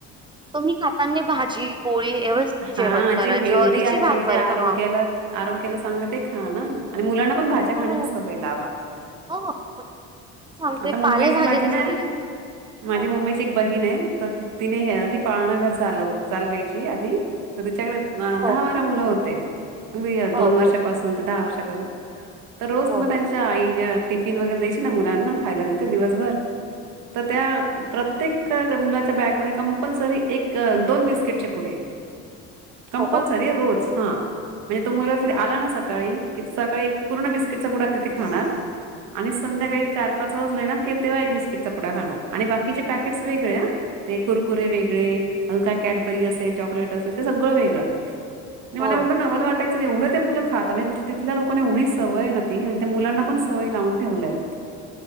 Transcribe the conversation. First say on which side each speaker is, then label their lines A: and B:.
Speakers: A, on the right; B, on the right.
A: तुम्ही खाताना भाजी पोळी व्यवस्थित
B: हा
A: जेवण करा
B: जे हेल्दी
A: ज्वारीची
B: आहे
A: भाकर
B: जे आरोग्याला
A: खा
B: आरोग्याला चांगलं ते खा ना मुलाना आपण भाज्या
A: हो
B: खाण्याची सवय लावा.
A: हो सांगते
B: आता मुंबईची
A: पालेभाजीच
B: माझी ना
A: चवीला
B: माझी
A: हो
B: मुंबईची एक बहीण आहे तर तिनेि घर चाल चालवायची आधी तच्याकडे अ
A: हो
B: दहा वारा मुलं होते म्ह
A: हो
B: दोन
A: हो
B: वर्षापासून
A: हो
B: ते दहा वर्षा पर्यंत. तर रोज
A: हो
B: तुमला त्यांच्या
A: हो
B: आई टिफिन वगैरे द्यायची ना मुलांना खायला देते दिवसभर तर त्या प्रत्येक मुलाच्या बॅगमध्ये कंपल्सरी एक दोन बिस्कीट किटचे पुडे. कंपलसरी
A: हो
B: अ रोज. हा म्हणजे तो मुलगा त आला ना सकाळी कि सकाळी एक पूर्ण बस्िटचा बुडा ते खणार. आणि संध्याकाळी चार पाच वाजला ना की तेव्हा एक बिस्किटचा पुडा खाणार आणि बाकीचे पकेट वेगळे अं ते कुरकु कुकुरे वेगळे अजून काय कॅडबरी असेल चॉकलेट असेल ते सगळं वेगळं. आणि
A: हो
B: मला एवढं नवाल वाटयचं. एवढं ते मुलं खातातजे तिथल्या लोकना एवढ सवयव आणि त्या मुलांना पणवय लावून ठेवल्यात